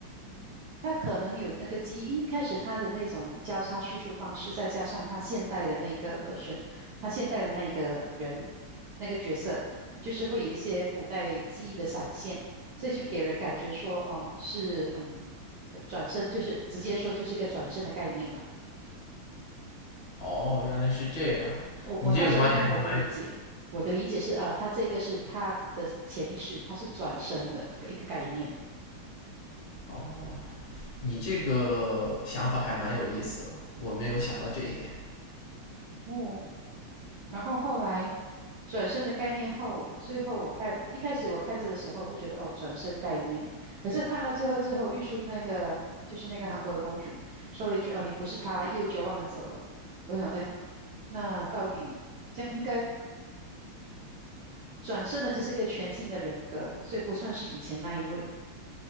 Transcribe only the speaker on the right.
她可能有那个记忆，因为开始她的那种交叉叙述方式，再加上她现代的那个 version，她现代的那个人那个角色，就是会有一些古代记忆的闪现，所以就给人感觉说，哦，是嗯，可转身就是直接说就是一个转身的概念嘛。
我我那时候看我的理解。
我的理解是，啊，他这个是他的潜意识，他是转身的一个概念。
哦，然后后来转身的概念后，最后我看一开始我看着的时候，我就觉得哦，转身概念。可是看到最后，最后玉树那个就是那个韩国的公主说了一句：“哦，你不是她。”又绝望的走了。我想，哎，那到底这样应该转身的，就是一个全新的人格，所以不算是以前那一位。